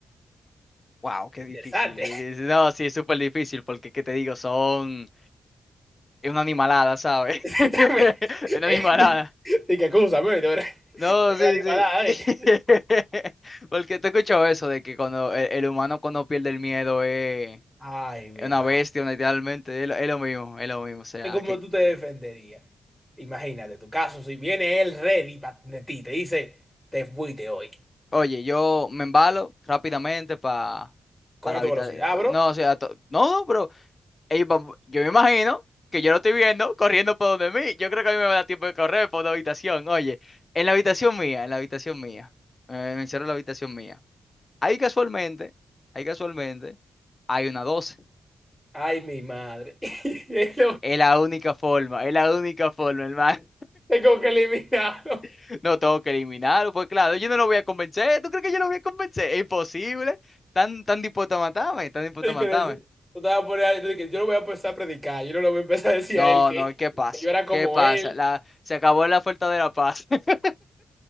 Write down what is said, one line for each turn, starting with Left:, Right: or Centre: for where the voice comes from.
Left: Wow, qué
Centre: Interesante.
Left: difícil. Eh, es- No, sí, es súper difícil porque, ¿qué te digo? Son... Es una animalada, ¿sabes?
Centre: <laughs>
Left: <laughs> Es
Centre: También,
Left: Una
Centre: eh,
Left: animalada.
Centre: Dije, acúsame, ¿viste? Ahora-
Left: No,
Centre: es
Left: sí,
Centre: una animalada,
Left: sí.
Centre: ¿viste?
Left: <laughs> Porque te he escuchado eso de que cuando el, el humano cuando pierde el miedo es,
Centre: Ay, mi
Left: es
Centre: hermano.
Left: una bestia, una- literalmente. Es lo, es lo mismo, es lo mismo. O sea,
Centre: ¿Cómo
Left: que...
Centre: tú te defenderías? Imagínate tu caso. Si viene él ready pa- de ti, te dice, te fuiste hoy.
Left: Oye, yo me embalo rápidamente para... Para
Centre: Corre
Left: la
Centre: a
Left: habitación.
Centre: tu velocidad, bro.
Left: No, o sea, to- no, no, pero Ey, vam- yo me imagino que yo lo estoy viendo corriendo por donde mí. Yo creo que a mí me va a dar tiempo de correr por una habitación. Oye, en la habitación mía, en la habitación mía, eh, me encierro en la habitación mía. Ahí casualmente, ahí casualmente, hay una doce
Centre: <laughs> Ay, mi madre. <laughs> Es
Left: Es la única forma, es la única forma, hermano.
Centre: es como que eliminado.
Left: <laughs> No tengo que eliminarlo, pues claro, yo no lo voy a convencer. ¿Tú crees que yo lo voy a convencer? Es imposible. Tan, tan dispuesto a matarme, tan dispuesto
Centre: Y
Left: a matarme.
Centre: que deci- yo, te vas a poner a- de que yo lo voy a empezar a predicar, yo no lo voy a empezar a decir
Left: No,
Centre: a él que,
Left: no, ¿qué pasa?
Centre: que yo era como
Left: ¿Qué pasa?
Centre: él.
Left: La, se acabó la oferta de la paz. <laughs>